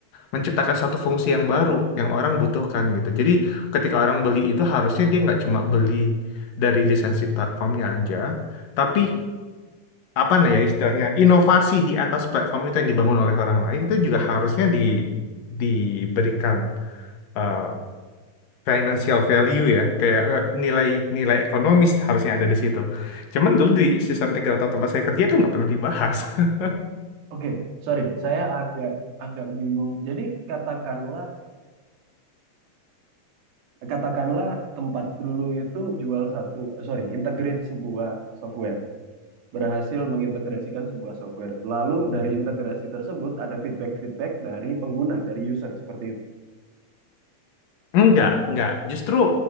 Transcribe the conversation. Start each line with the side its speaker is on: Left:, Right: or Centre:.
Left: menciptakan suatu fungsi yang baru yang orang butuhkan gitu. Jadi ketika orang beli itu harusnya dia nggak cuma beli dari lisensi platformnya aja, tapi apa nah ya istilahnya inovasi di atas platform itu yang dibangun oleh orang lain itu juga harusnya di diberikan eh, financial value ya kayak eh, nilai nilai ekonomis harusnya ada di situ. Cuman dulu di sistem tiga atau tempat saya kerja itu nggak pernah dibahas. <laughs>
Right: oke sorry saya agak agak bingung jadi katakanlah katakanlah tempat dulu itu jual satu eh, sorry integrate sebuah software berhasil mengintegrasikan sebuah software lalu
Left: Hmm.
Right: dari integrasi tersebut ada feedback feedback dari pengguna dari user seperti itu
Left: Enggak, enggak. Justru